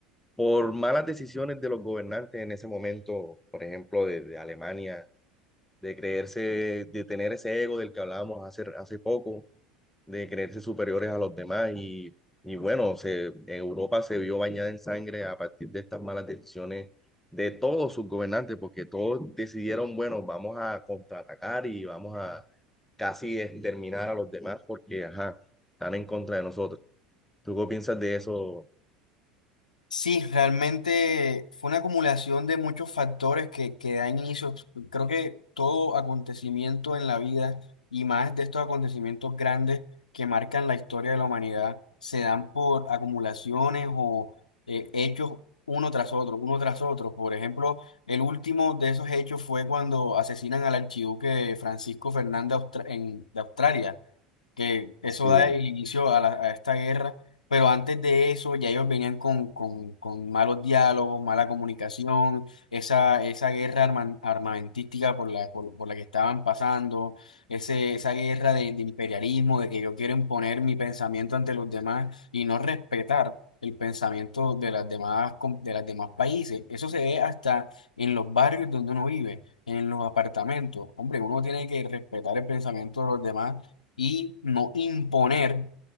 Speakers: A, in the centre; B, on the left (about 80°).
A: por malas decisiones de los gobernantes en ese momento, por ejemplo, de, de Alemania, de creerse, de tener ese ego del que hablábamos hace, hace poco, de creerse superiores a los demás y, y bueno, se, Europa se vio bañada en sangre a partir de estas malas decisiones de todos sus gobernantes, porque todos decidieron, bueno, vamos a contraatacar y vamos a casi exterminar a los demás porque, ajá, están en contra de nosotros. ¿Tú qué piensas de eso?
B: Sí, realmente fue una acumulación de muchos factores que, que dan inicio. Creo que todo acontecimiento en la vida y más de estos acontecimientos grandes que marcan la historia de la humanidad se dan por acumulaciones o eh, hechos uno tras otro, uno tras otro. Por ejemplo, el último de esos hechos fue cuando asesinan al archiduque Francisco Fernández de Austra- en- de Australia que eso
A: Sí,
B: da inicio a, la- a esta guerra, pero antes de eso ya ellos venían con, con- con malos diálogos, mala comunicación, esa, esa guerra arma- armamentística por la, por, por la que estaban pasando, ese, esa guerra de, de imperialismo, de que yo quiero imponer mi pensamiento ante los demás y no respetar. el pensamiento de las demás, com- de las demás países. Eso se ve hasta en los barrios donde uno vive, en los apartamentos. Hombre, uno tiene que respetar el pensamiento de los demás y no imponer